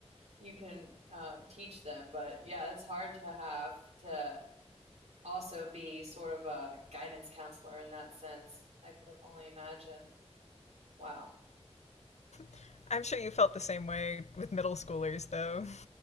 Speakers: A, on the right (about 85°); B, on the left (about 80°).
A: you can uh, teach them. But yeah, it's hard to have to also be sort of a guidance counselor in that sense. I could only imagine. Wow.
B: <laughs> I'm sure you felt the same way with middle schoolers though. <laughs>